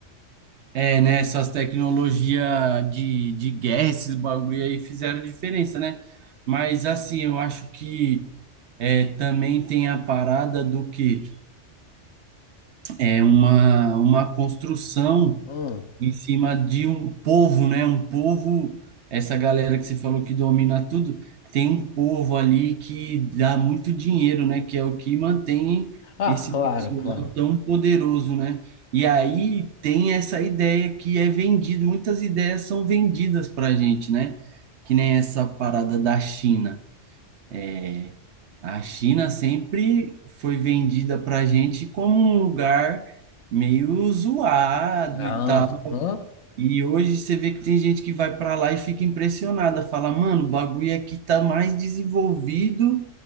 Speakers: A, on the right (about 65°); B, on the left (about 65°).
A: É, né? Essas tecnologias de, de guerra, esses bagulho aí fizeram diferença, né? Mas assim, eu acho que é, também tem a parada do que é uma, uma construção.
B: Hum.
A: em cima de um povo, né? Um povo, essa galera que você falou que domina tudo, tem um povo ali que dá muito dinheiro, né? Que é o que mantém
B: Ah,
A: esse
B: claro,
A: pessoal
B: claro.
A: tão poderoso, né? E aí tem essa ideia que é vendida, muitas ideias são vendidas para a gente, né? Que nem essa parada da China. É, a China sempre foi vendida para a gente como um lugar meio zoado
B: Aham.
A: e tal e hoje você vê que tem gente que vai para lá e fica impressionada, fala, mano, o bagulho aqui tá mais desenvolvido